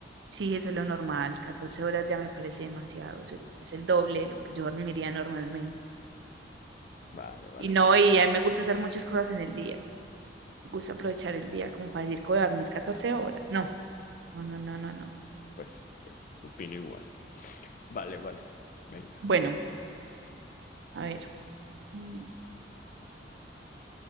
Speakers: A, on the right; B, on the left.
A: Sí, eso es lo normal. 14 horas ya me parece demasiado. Es el, es el doble de lo que yo dormiría normalmente.
B: Vale, vale,
A: Y no,
B: bien.
A: y a mí me gusta hacer muchas cosas en el día. Me gusta aprovechar el día como para decir que voy a dormir catorce horas. No, no, no, no, no, no.
B: Pues sí, pues sí. Opino igual. Vale, vale. Venga.
A: Bueno, a ver. mm,